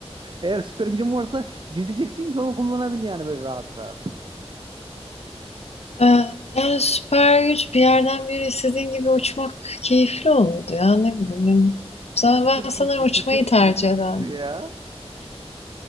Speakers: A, on the right; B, on the left.
A: Eğer süper gücün varsa gizleyeceksin ki onu kullanabil yani böyle rahat rahat.
B: Ee, yani süper güç bir yerden bir yere istediğin gibi uçmak keyifli olurdu ya ne bileyim. Sa-
A: Üşütürsün,
B: Ben sanırım
A: üşütürsün,
B: uçmayı tercih
A: üşütürsün
B: ederdim.
A: ya.